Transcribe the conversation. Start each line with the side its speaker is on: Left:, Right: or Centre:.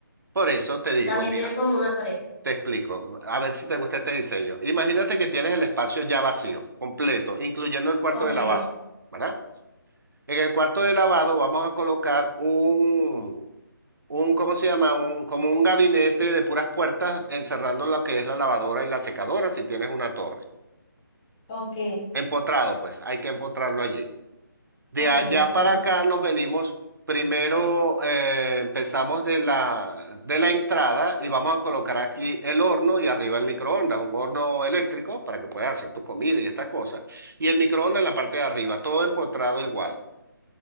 Right: Por eso te digo,
Left: también
Right: mira,
Left: tiene como una pared.
Right: te explico, a ver si te gusta este diseño. Imagínate que tienes el espacio ya vacío, completo, incluyendo el cuarto
Left: Ok,
Right: de lavado, ¿verdad? En el cuarto de lavado vamos a colocar un, un, ¿cómo se llama? Un, como un gabinete de puras puertas encerrando lo que es la lavadora y la secadora si tienes una torre.
Left: ok,
Right: Empotrado, pues, hay que empotrarlo allí. De
Left: ok,
Right: allá
Left: ok.
Right: para acá nos venimos, primero eh, empezamos de la, de la entrada y vamos a colocar aquí el horno y arriba el microondas, un horno eléctrico para que puedas hacer tu comida y estas cosas. Y el microondas en la parte de arriba, todo empotrado igual.